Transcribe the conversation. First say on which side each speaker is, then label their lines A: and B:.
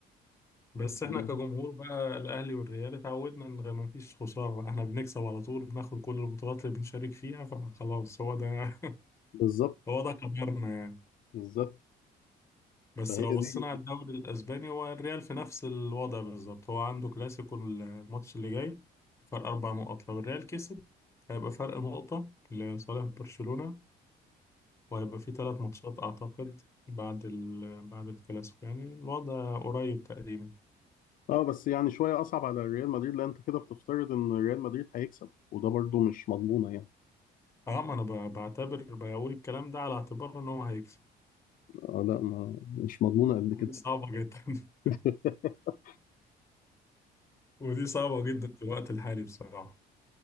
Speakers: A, on the left; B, on the left.
A: بس احنا
B: الله.
A: كجمهور بقى الأهلي والريال اتعودنا إن ما فيش خسارة احنا بنكسب على طول بناخد كل البطولات اللي بنشارك فيها فخلاص هو ده <laughs>
B: بالظبط
A: هو ده قدرنا يعني
B: بالظبط
A: بس
B: فهي
A: لو بصينا
B: دي
A: على الدوري الاسباني هو الريال في نفس الوضع بالظبط هو عنده كلاسيكو الماتش اللي جاي فرق اربع نقط لو الريال كسب هيبقى فرق نقطة لصالح برشلونة وهيبقى في ثلاث ماتشات اعتقد بعد ال... بعد الكلاسيكو يعني الوضع قريب تقريبا
B: اه بس يعني شويه اصعب على ريال مدريد لان انت كده بتفترض ان ريال مدريد هيكسب وده برضو مش مضمونه يعني
A: اه ما انا ب- بعتبر بقول الكلام ده على اعتبار ان هو هيكسب
B: آه لا ما مش مضمونه قد
A: ودي
B: كده
A: صعبة جدا
B: <laughs>
A: <laughs> ودي صعبة جدا في الوقت الحالي بصراحة